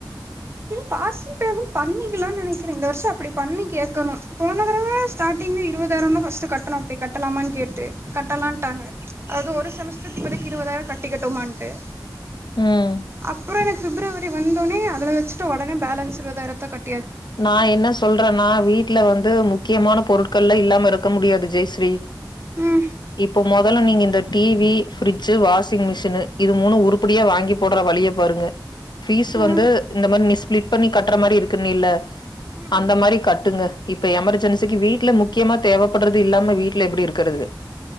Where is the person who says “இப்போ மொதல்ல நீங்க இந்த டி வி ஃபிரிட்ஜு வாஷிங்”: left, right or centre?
Left